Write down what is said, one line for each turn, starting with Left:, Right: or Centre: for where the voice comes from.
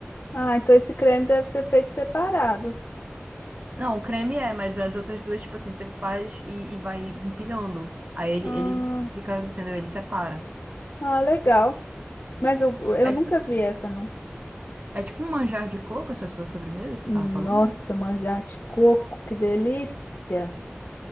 Left: Ah, então esse creme deve ser feito separado.
Right: Não, o creme é, mas as outras duas, tipo assim, você faz e, e vai empilhando. Aí ele,
Left: Ah,
Right: ele fica, entendeu? Ele separa.
Left: ah, legal. Mas eu, eu
Right: É,
Left: nunca vi essa, não.
Right: é tipo um manjar de coco, essa sua sobremesa que
Left: Nossa,
Right: você tava falando?
Left: manjar de coco, que delícia.